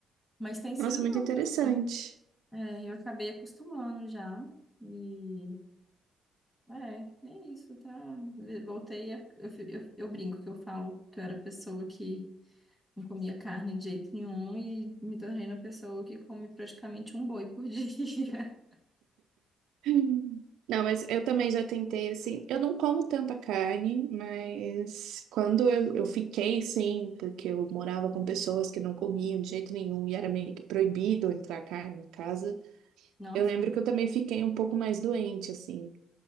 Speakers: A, on the left; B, on the right.
A: Mas tem sido
B: Nossa, muito
A: bom,
B: interessante.
A: assim.
B: <laughs>
A: É, eu acabei acostumando já. E é, é isso, tá? Voltei a, eu, fi- eu, eu brinco que eu falo que eu era pessoa que não comia carne de jeito nenhum e me tornei uma pessoa que come praticamente um boi por dia.
B: Hum. Não, mas eu também já tentei, assim, eu não como tanta carne, mas quando eu, eu fiquei, sim, porque eu morava com pessoas que não comiam de jeito nenhum e era meio que proibido entrar carne na casa,
A: <laughs> Nossa.
B: eu lembro que eu também fiquei um pouco mais doente, assim.